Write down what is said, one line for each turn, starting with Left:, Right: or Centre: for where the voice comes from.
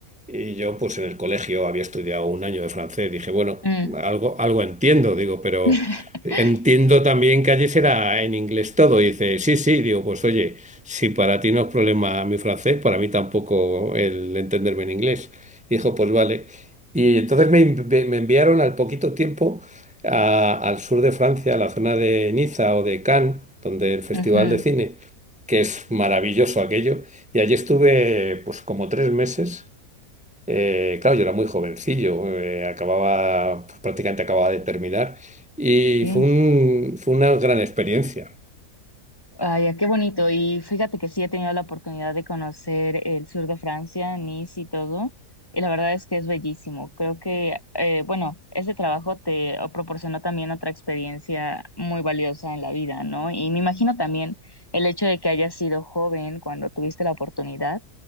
Centre: Y yo, pues en el colegio había estudiado un año de francés, dije, bueno,
Left: Mm,
Centre: algo, algo entiendo, digo, pero
Left: <laughs>
Centre: entiendo también que allí será en inglés todo. Y dice, sí, sí, digo, pues oye, si para ti no es problema mi francés, para mí tampoco el entenderme en inglés. Dijo, pues vale. Y entonces me, envi- me enviaron al poquito tiempo a- al sur de Francia, a la zona de Niza o de Cannes, donde el Festival
Left: ujú.
Centre: de Cine, que es maravilloso aquello. Y allí estuve pues como tres meses. Eh, claro, yo era muy jovencillo, eh, acababa, pues, prácticamente acababa de terminar. Y
Left: Sí.
Centre: fue un- fue una gran experiencia.
Left: Ay, ah, qué bonito. Y fíjate que sí he tenido la oportunidad de conocer el sur de Francia, Nice y todo. Y la verdad es que es bellísimo. Creo que, eh, bueno, este trabajo te proporcionó también otra experiencia muy valiosa en la vida, ¿no? Y me imagino también el hecho de que hayas sido joven cuando tuviste la oportunidad,